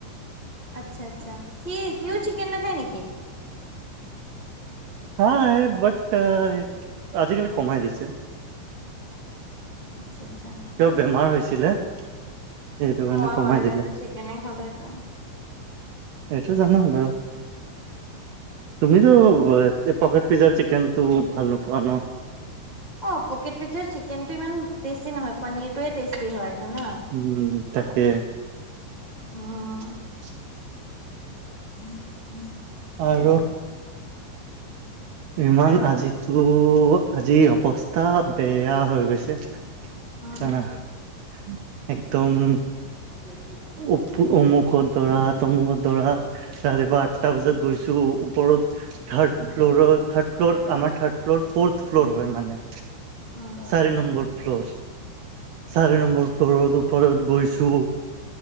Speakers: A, on the left; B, on the right.
A: আচ্ছা', - আচ্ছা', সি - সিউও চিকেন নাখায় নেকি?
B: খাই বাট আহ', আজিকালি কমাই দিছে',
A: আচ্ছা', - আচ্ছা',
B: তেওঁৰ বেমাৰ হৈছিলে', সেইটো কাৰণে
A: মই
B: কমাই
A: হোৱা হ'লে
B: দিলে
A: যে চিকেনে খালোহেঁতেন',
B: এইটো জানোঁ বাৰু, তুমিতো
A: উম।
B: অহ', পকেট পিজ্জাৰ চিকেনটো ভাল নোপোৱা ন?
A: অ', পকেট পিজ্জাৰ চিকেনটো ইমান টেষ্টি নহয় পনীৰটোয়ে টেষ্টি হয় জানোঁ',
B: উম', তাকে',
A: অহ',
B: <unintelligible>
A: উম', - উম',
B: আৰু', ইমান
A: আৰু?
B: আজিতো, আজি অৱস্থা বেয়া হৈ গৈছে',
A: উম,
B: জানা, উম', একদম',
A: গুৰু লেকেপাম',
B: উপটো অমুকত দৰাত', তমুকত দৰা, ৰাতিপুৱা আঠটা বজাত গৈছোঁ, ওপৰত থাৰ্ড ফ্লু'ৰত', থাৰ্ড ফ্লু'ৰ, আমাৰ থাৰ্ড ফ্লু'ৰ, ফৰ্থ ফ্লু'ৰ
A: উম,
B: হয় মানে,
A: উম।
B: চাৰি নম্বৰ', ফ্লু'ৰছ, চাৰি নম্বৰ ফ্লু'ৰত ওপৰত গৈছোঁ',